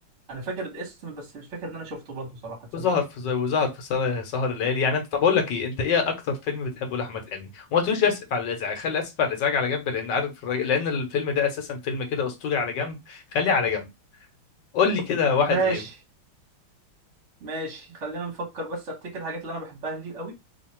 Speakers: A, on the right; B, on the left.
A: انا فاكر الاسم بس مش فاكر ان انا شفته برضو صراحه تصدق
B: وظهر في وظهر في سهر سهر الليالي يعني انت طب اقول لك ايه انت ايه اكتر فيلم بتحبه لاحمد حلمي وما تقوليش اسف على الازعاج خلي اسف على الازعاج على جنب لان عارف الراجل- لان الفيلم ده اساسا فيلم كده اسطوري على جنب خليه على جنب قول لي كده واحد
A: ماشي
B: غير
A: ماشي خلينا نفكر بس افتكر الحاجات اللي انا بحبها لي قوي